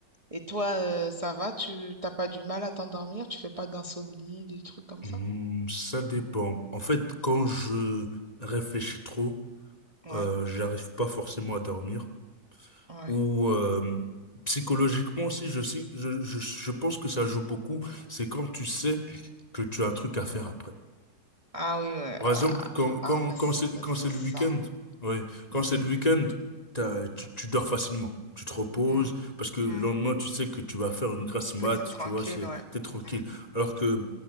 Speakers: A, on the right (about 20°); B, on the left (about 20°).
A: Et toi, euh, ça va? Tu t'as pas du mal à t'endormir? Tu fais pas d'insomnie, des trucs comme
B: Hmm,
A: ça?
B: ça dépend. En fait, quand je réfléchis trop,
A: Ouais,
B: euh, j'arrive pas forcément à dormir.
A: ouais.
B: Ou euh, psychologiquement aussi, je sais, je, je, je pense que ça joue beaucoup. C'est quand tu sais que tu as un truc à faire après.
A: Ah oui, ouais.
B: Par
A: Ah,
B: exemple, quand, quand,
A: ah, bah
B: quand
A: c'est
B: c'est, quand
A: c'est
B: c'est le
A: ça.
B: week-end, ouais, quand
A: Mm,
B: c'est le week-end, t'as- tu, tu dors facilement. Tu te reposes
A: mm,
B: parce que le
A: mm.
B: lendemain, tu sais que tu vas faire une grasse mat,
A: Que t'es tranquille,
B: tu vois, c'est,
A: ouais.
B: t'es tranquille.
A: Mm.
B: Alors que